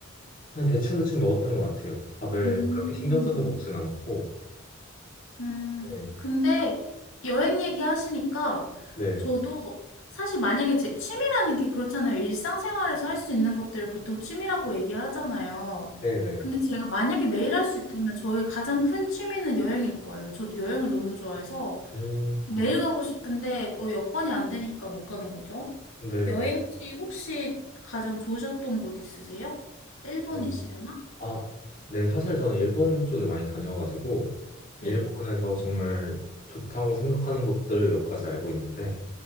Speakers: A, on the left; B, on the left.
A: 그냥 대충대충 먹었던 것 같아요. 밥을
B: 음,
A: 그렇게 신경 써서 먹진 않고.
B: 음,
A: 네,
B: 근데 여행 얘기 하시니까
A: 네,
B: 저도 사실 만약에 제 취미라는 게 그렇잖아요. 일상생활에서 할 수 있는 것들을 보통 취미라고 얘기를 하잖아요.
A: 네, 네.
B: 근데 제가 만약에 매일 할 수 있다면 저의 가장 큰 취미는 여행일 거예요. 저도 여행을 너무 좋아해서
A: 음,
B: 매일 가고 싶은데 뭐 여건이 안 되니까 못 가는 거죠.
A: 근데
B: 여행지 혹시 가장 좋으셨던 곳 있으세요? 일본이시려나?
A: 음, 아, 네, 사실 저는 일본 쪽에 많이 다녀가지고 일본에서
B: 네.
A: 정말 좋다고 생각하는 곳들을 몇 가지 알고 있는데